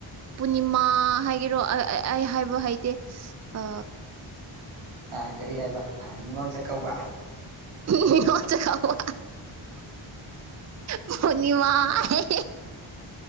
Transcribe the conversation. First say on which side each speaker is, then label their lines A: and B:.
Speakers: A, on the right; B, on the right.
A: ꯄꯨꯔꯅꯤꯃꯥ ꯍꯥꯏꯒꯦꯔꯣ ꯑꯩ ꯍꯥꯏꯕ ꯍꯥꯏꯗꯦ ꯑ
B: ꯑ ꯀꯔꯤ ꯍꯥꯏꯕ ꯅꯤꯡꯉꯣꯜ ꯆꯀꯥꯎꯕ
A: ꯅꯤꯡꯉꯣꯜ ꯆꯀꯧꯕ ꯄꯨꯔꯅꯤꯃꯥ ꯍꯥꯏ